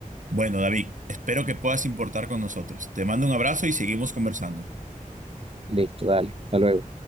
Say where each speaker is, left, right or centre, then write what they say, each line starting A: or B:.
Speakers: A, on the right; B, on the right.
A: Bueno, David, espero que puedas importar con nosotros. Te mando un abrazo y seguimos conversando.
B: Listo, dale. Hasta luego.